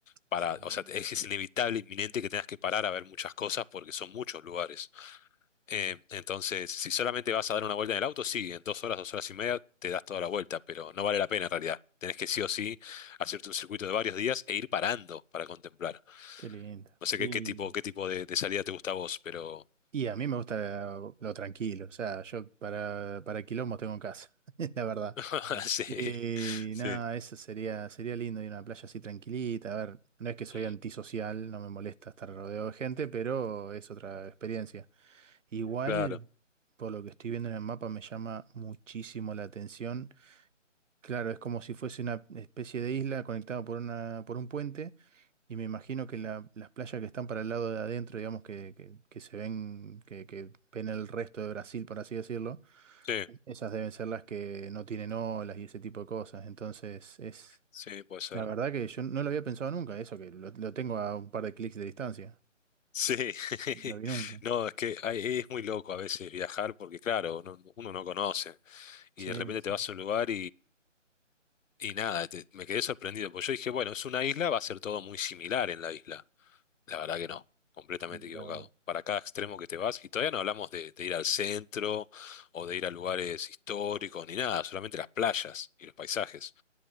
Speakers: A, on the left; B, on the right.
A: para,
B: sí.
A: o sea, es es inevitable, inminente que tengas que parar a ver muchas cosas porque son muchos lugares. Eh, entonces, si solamente vas a dar una vuelta en el auto, sí, en dos horas, dos horas y media te das toda la vuelta, pero no vale la pena en realidad. Tenés que sí o sí hacerte un circuito de varios días e ir parando para contemplar.
B: Qué lindo.
A: No sé
B: Y,
A: qué, qué tipo, qué tipo de, de salida te gusta a vos, pero
B: y a mí me gusta lo, tranquilo, o sea, yo para, para quilombos tengo en casa, <laughs> la verdad.
A: <laughs> sí,
B: Y
A: sí.
B: nada, eso sería, sería lindo ir a una playa así tranquilita. A ver, no es que soy
A: Mm,
B: antisocial, no me molesta estar rodeado de gente, pero es otra experiencia. Igual,
A: Claro,
B: por lo que estoy viendo en el mapa, me llama muchísimo la atención. Claro, es como si fuese una especie de isla conectada por una, por un puente, y me imagino que la- las playas que están para el lado de adentro, digamos, que, que- que se ven, que, que ven el resto de Brasil, por así decirlo,
A: sí,
B: esas deben ser las que no tienen olas y ese tipo de cosas. Entonces, es
A: sí, puede ser.
B: la verdad que yo no lo había pensado nunca, eso que lo, lo tengo a un par de clics de distancia.
A: Sí, <laughs>
B: No lo vi nunca.
A: no, es que hay- es muy loco a veces viajar porque, claro, no- uno no conoce y
B: Sí,
A: de repente
B: sí,
A: te vas a un lugar Y nada, te- me quedé sorprendido, porque yo dije, bueno, es una isla, va a ser todo muy similar en la isla. La verdad que no, completamente
B: mirá
A: equivocado.
B: vos.
A: Para cada extremo que te vas, y todavía no hablamos de, de ir al centro o de ir a lugares históricos ni nada, solamente las playas y los paisajes.